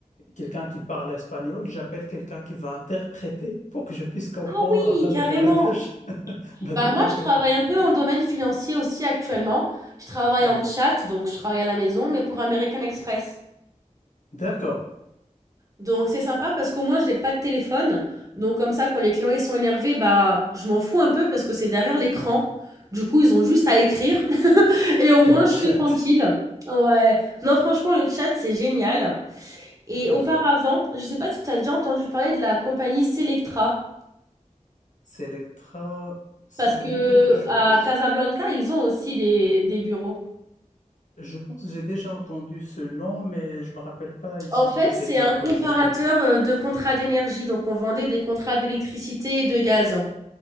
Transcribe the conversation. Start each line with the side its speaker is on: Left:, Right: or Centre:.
Left: quelqu'un qui parle espagnol, j'appelle quelqu'un qui va interpréter pour que je puisse comprendre
Right: Ah oui,
Left: afin
Right: carrément.
Left: de faire la tâche. <laughs> Bah,
Right: Bah
Left: tout
Right: moi,
Left: à
Right: je
Left: fait.
Right: travaille un peu dans le domaine financier aussi actuellement. Je travaille
Left: Ah
Right: en
Left: oui.
Right: chat, donc je travaille à la maison, mais pour American Express.
Left: D'accord.
Right: Donc c'est sympa parce qu'au moins je n'ai pas de téléphone. Donc comme ça quand les clients ils sont énervés, bah je m'en fous un peu parce que c'est derrière l'écran. Du coup, ils ont juste à écrire <laughs> et au moins
Left: C'est en
Right: je
Left: chat.
Right: suis tranquille. Ouais. Non, franchement le chat c'est génial. Et
Left: Tout
Right: auparavant,
Left: à fait.
Right: je sais pas si tu as déjà entendu parler de la compagnie Selectra
Left: Selectra, ça
Right: parce
Left: me
Right: que
Left: dit quelque chose.
Right: à Casablanca, ils ont aussi des des bureaux.
Left: Je pense que j'ai déjà entendu ce nom, mais je me rappelle pas, ils sont
Right: En fait,
Left: spécialisés
Right: c'est un
Left: en
Right: comparateur
Left: quoi exactement.
Right: euh, de contrats d'énergie. Donc on vendait des contrats d'électricité et de gaz.